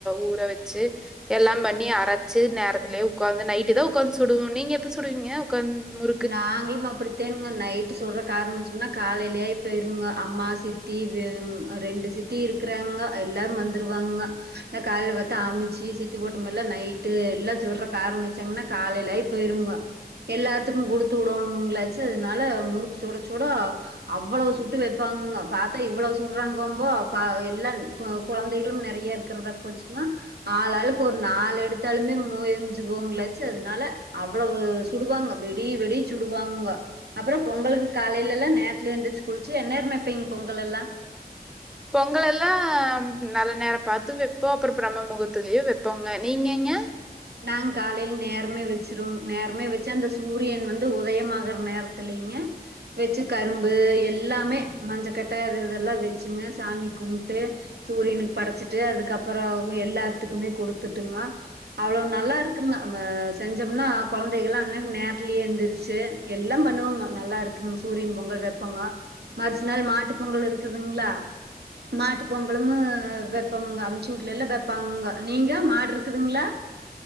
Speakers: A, in the centre; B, on the right.
A: ஊற வச்சு எல்லா பண்ணி அரச்சு நேரத்துலே உக்காந்து நைட்டு்தா உக்காந்து சுடுவோ நீங்க எப்ப சுடுவீங்க உக்காந் முறுக்
B: நாங்களு அப்டி தென்னுங்க நைட்டு சுட்றக்கு ஆரமிச்சம்னா காலைலியே ஆயிபோயிரும்ங்க அம்மா சித்தி வெ ரெண்டு சித் தி இருக்கிறாங்கோ எல்லாரு வந்துருவாங்க நா காலைல பாத்த அமிச்சு சித்தி போட்டமெல்லா நைட்டு எல்லா சுட்றக்கு ஆரமிச்சாங்கன்னா காலைல போய்ரும்ங்க எல்லாத்துக்கு குடுத்து உடோணுமுங்ளாச்சு அதனால முறுக்கு சுடச் சுட அவ்வளோ சுட்டு வெப்பாங்கங்க பாத்தா இவ்வளோ சுட்றாங்கம்போ பா எல்லா கொ கொழந்தைகளு நெறைய இருக்கிறதா போச்சுங்க ஆளாளுக்கு ஒரு நாலு எடுத்தாலுமே முவெஞ்சு போவுங்களச்சி அதனால அவ்வளவு சுடுவாங்க வெடிய வெடிய சுடுவாங்கோ அப்றோ பொங்கலுக்கு காலைலல்லா நேரத்துல எந்திரிச்சி குளிச்சி என்னேரம் வெப்பிங்க பொங்கலல்லா
A: பொங்கலல்லா நல்ல நேர பாத்து வெப்போ அப்றோ பிரம்ம முகர்த்துலயு வெப்போங்க நீங்கைங்க
B: நாங் காலைல நேரமே வெச்சிருவோங் நேரமே வெச்சு அந்த சூரியன் வந்து உதயமாகற நேரத்திலிங்க வெச்சு கரும்பு எல்லாமே மஞ்சக்கட்ட அது இதுல்லா வெச்சுங்க சாமி கும்ட்டு சூரியனுக்கு படச்சிட்டு அதுக்கப்பறோ எல்லார்த்துக்குமே குடுத்துட்டுங்க அவ்ளோ நல்லா இருக்குங்க ம செஞ்சம்னா கொழந்தைகள்லா அன்னைக்கி நேர்த்துலியே எந்துருச்சு எல்லா பண்ணுவாங்க நல்லா இருக்குங் சூரியன் பொங்கல் வெப்பாங்க மறுசு நாள் மாட்டு பொங்கல் இருக்குதுங்ளா மாட்டு பொங்கலு வைப்போமுங்க அம்ச்சு ஊட்லலா வெப்பாங்கங்க நீங்க மாடு இருக்குதுங்ளா